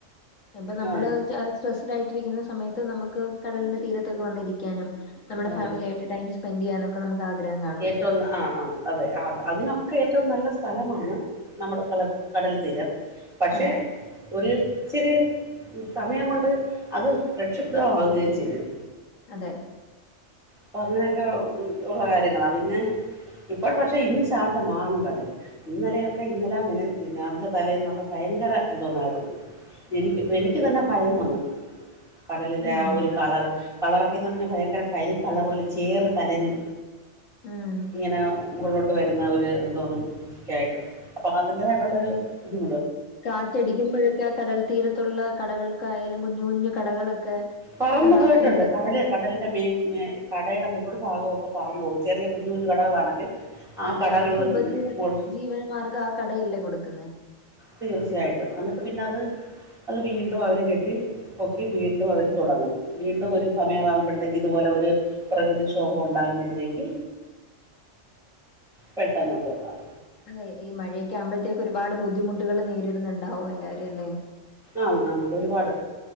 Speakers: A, on the left (about 85°); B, in the centre.
A: അത്പ്പൊ നമ്മള്
B: ആ
A: സ്ട്രെസ്ഡ് ആയിട്ടിരിക്കുന്ന സമയത്ത് നമ്മുക്ക് കടലിന്റെ തീരത്തൊക്കെ വന്നിരിക്കാനും നമ്മുടെ
B: ആ
A: ഫാമിലി ആയിട്ട് ടൈം സ്പെൻഡ്‌ യ്യാനൊക്കെ നമ്മുക്ക്‌ ആഗ്രഹം കാണുല്ലോ.
B: ഏറ്റവും ആ ആ. അതെ അ അതിനൊക്കെ ഏറ്റവും നല്ല സ്ഥലമാണ് നമ്മുടെ ക കടൽത്തീരം. പക്ഷെ
A: അതെ
B: ഒരു ഇച്ചിരി സമയം കൊണ്ട് അത് പ്രക്ഷുബ്ധമാവുകയും ചെയ്യും.
A: അതെ.
B: അപ്പോ അങ്ങനെയൊക്കെ ഒള്ള കാര്യങ്ങളാണ്, പിന്നെ ഇപ്പോ പക്ഷേ ഇന്ന് ശാന്തമാണ് കടല്. ഇന്നലെയൊക്കെ ഇന്നലെ മിനി മിനിയാന്നിന്റെ തലേന്നൊക്കെ ഭയങ്കര എന്തോന്നായിരുന്നു. എനിക്ക് എനിക്ക്
A: അതെ
B: തന്നെ ഭയം വന്നു, കടലിൻ്റെ
A: ഉം
B: ആ ഒരു കളർ കളറൊക്കെന്ന് പറഞ്ഞാ ഭയങ്കര കരി കളറ് പോലെ ചേറ് കലങ്ങി
A: ഉം
B: ഇങ്ങനെ മുകളിലോട്ട് വരുന്ന ഒര് എന്തോന്ന് ഒക്കെ ആയിട്ട് അപ്പോൾ അതിന്റെതായിട്ടുള്ളൊരു ബുദ്ധി
A: കാറ്റടിക്കുമ്പോഴൊക്കെ ആ കടൽ തീരത്തുള്ള കടകൾക്കായാലും കുഞ്ഞു കുഞ്ഞു കടകളൊക്കെ
B: പറന്നു
A: ആ,
B: പോയിട്ടുണ്ട്. കടലിന്റെ മി മേ കടയുടെ മുകൾ ഭാഗമൊക്കെ പറഞ്ഞു പോവും ചെറിയ കുഞ്ഞു കുഞ്ഞു കടകളാണെങ്കിൽ ആ
A: അതെ
B: കടകളിൽ
A: അവർക്ക് ഉപജീവ
B: മുകൾ
A: ജീവനമാർഗം ആ കടയല്ലേ കൊടുക്കുനെ?
B: തീർച്ചയായിട്ടും എന്നിട്ട് പിന്നെ അത് അത് വീണ്ടും അവർ കെട്ടി പൊക്കി വീണ്ടും അവർ തുടങ്ങും വീണ്ടും ഒരു സമയമാകുമ്പോഴത്തേക്ക് ഇ അതുപോലെ ഒരു പ്രകൃതിക്ഷോഭം ഉണ്ടാകുമ്പോഴത്തേക്ക്. പെട്ടെന്ന് തോന്നൽ
A: അതെ ഈ മഴയൊക്കെ ആകുമ്പോഴത്തേക്ക് ഒരുപാട് ബുദ്ധിമുട്ടുകൾ നേരിടുന്നുണ്ടാവും എല്ലാവരും അല്ലേ?
B: ആ ആ ഒരുപാട്